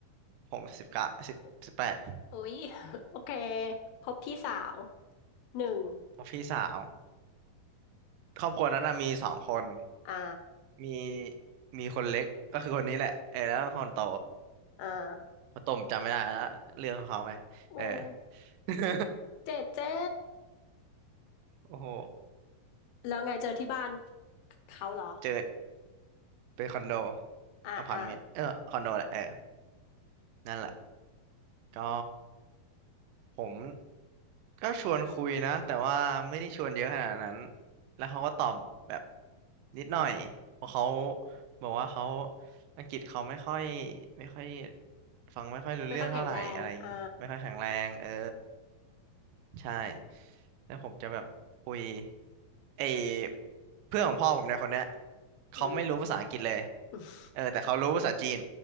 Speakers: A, on the right; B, on the left.
A: ผมสิบเก้าสิบสิบแปด
B: โอโอ้ย <laughs> โอเคพบพี่สาวหนึ่ง
A: ผมพี่สาวครอบครัวนั้นน่ะมีสองคน
B: อ่า
A: มีมีคนเล็กก็คือคนนี้แหละเออแล้วก็คนโต
B: อ่า
A: คนโตผมจำไม่ได้แล้วเรื่องของเขาไปเออ
B: อืม
A: <laughs>
B: เจ๊เจ๊
A: โอ้โห
B: แล้วไงเจอที่บ้านเขาเหรอ
A: เจอเป็นคอนโด
B: อ่าอ่า
A: อพาร์ตเมนต์ เออ คอนโดแหละ เออนั่นแหละ ก็ผมก็ชวนคุยนะแต่ว่าไม่ได้ชวนเยอะขนาดนั้นแล้วเขาก็ตอบแบบนิดหน่อยเพราะเขาบอกว่าเขาอังกฤษเขาไม่ค่อยไม่ค่อยฟังไม่ค่อยรู้เรื่องเท่าไหร่อะไรอย่างงี้ไม่ค่อยแข็งแรงเออ
B: ไม่ค่อยแข็งแรงอ่า
A: ใช่แล้วผมจะแบบคุยไอเพื่อนของพ่อผมเนี่ยคนเนี้ยเขาไม่รู้ภาษาอังกฤษเลย
B: อืม <laughs>
A: เออแต่เขารู้ภาษาจีน